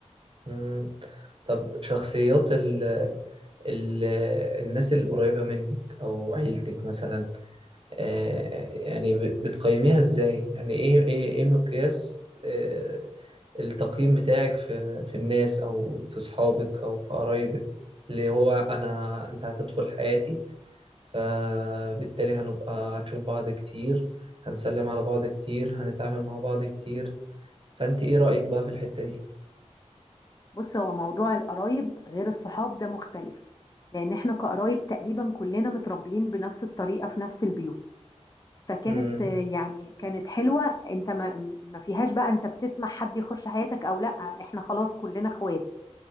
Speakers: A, on the right; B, on the left.
A: مم. طب شخصيات ال ال الناس القريبة منك او عيلتك مثلا آه، يعني ب- بتقيميها ازاي يعني ايه ايه ايه مقياس آه، التقييم بتاعك في في الناس او في صحابك او في قرايبك اللي هو انا انت هتدخل حياتي فبالتالي هنبقى هنشوف بعض كتير هنسلم على بعض كتير هنتعامل مع بعض كتير فأنت إيه رأيك بقى في الحتة دي؟
B: بص هو موضوع القرايب غير الصحاب ده مختلف لان احنا كقرايب تقريبا كلنا متربيين بنفس الطريقة في نفس البيوت فكانت
A: مم.
B: آه، يعني كانت حلوة انت ما, ما فيهاش بقى انت بتسمح حد يخش حياتك او لا احنا خلاص كلنا اخوات